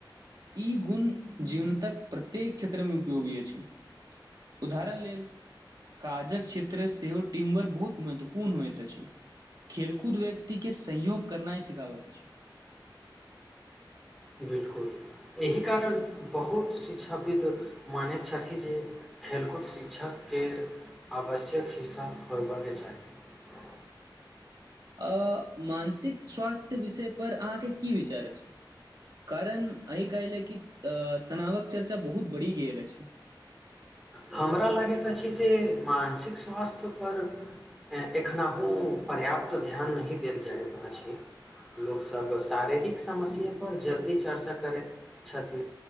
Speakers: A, on the right; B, in the centre.
A: ई गुण जीवनतक प्रत्येक क्षेत्र मे उपयोगी अछि उदाहरण लेल काजक क्षेत्र सेहो टीम वर्क बहुत महत्वपूर्ण होइत छै खेलकूद व्यक्ति के सहयोग करनाइ सिखाबैत अछि।
B: बिलकुल। एहि कारण बहुत शिक्षाविद् मानैत छथिन जे खेलकूद शिक्षक केर आवश्यक हिस्सा होयबाके चाही।
A: आ मानसिक स्वास्थ्य विषय परर अहाँके की विचार अछि कारण एहि काल लेल कि तनावक चर्चा बहुत बढ़ि गेल अछि।
B: हमरा लागैत अछि जे मानसिक स्वास्थ्य पर एखनहुँ पर्याप्त ध्यान नहि देल जाइत अछि लोकसभ शारीरिक समस्य पर जल्दी चर्चा करैत छथिन